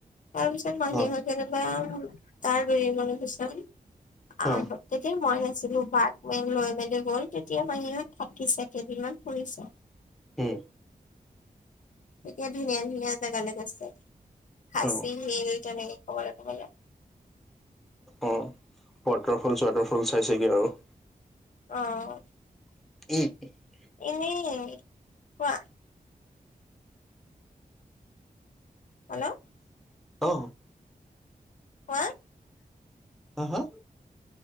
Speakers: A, on the left; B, in the centre.
A: তাৰ পিছত মাহীহত
B: অ
A: যেনিবা তাৰ দুদিন মানৰ পিছত, আৰম্ভ।
B: অ
A: তেতিয়া মই <unintelligible> ছিলো <unintelligible> লৈ মেলি গ'ল, তেতিয়া বাহিৰত থাকিছে কেইদিনমান ফুৰিছে।
B: উম'।
A: এতিয়া ধুনীয়া-ধুনীয়া জেগালৈ গৈছে। খাচী
B: অ
A: হিল তেনে <unintelligible>
B: অ', ৱাটাৰফলছ-ৱাটাৰফল চাইছেগে আৰু।
A: অ'।
B: উম'-উম'।
A: এনেই, কোৱা? হেল্ল'
B: অহ?
A: ক <unintelligible>
B: হা-হা?